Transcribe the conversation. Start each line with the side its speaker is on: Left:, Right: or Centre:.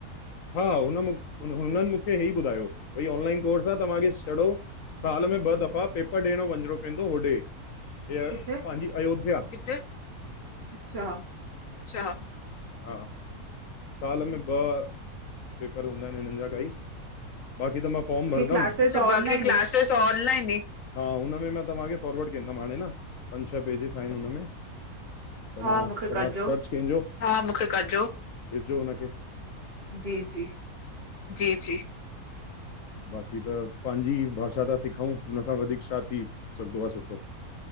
Left: हा हुन मुखे हुनन हे ई ॿुधायो, भई ऑनलाइन कोर्स आ, तव्हांखे छॾो साल में ॿ दफ़ा पेपर ॾियणो वञिणो पवंदो होॾे। हे
Right: किथे?
Left: पाहिंजी अयोध्या, किथे
Right: अच्छा
Left: अच्छा, हा। साल में ॿ पेपर हूंदा आहिन हिनन जा काई बाकि त मां फॉर्म भरंदम,
Right: क्लासिस
Left: अच्छा
Right: ऑनलाइन
Left: बाकि क्लास
Right: ई
Left: क्लासएस ऑनलाइन ही, हा हुनमे मां तव्हांखे फॉर्वड कंदम हाणे न पंज छह पेजिस आहिन हुनमें।
Right: <inaudible>
Left: त
Right: मूंखे
Left: तव्हां
Right: कजो
Left: सर्च कजो, हा मुखे कजो, ॾिसजो हुनखे
Right: जी-जी
Left: जी-जी। बाक़ी त पांजि भाषा था सिखउ, हुन खां वधीक छा थी सघंदो आ सुठो।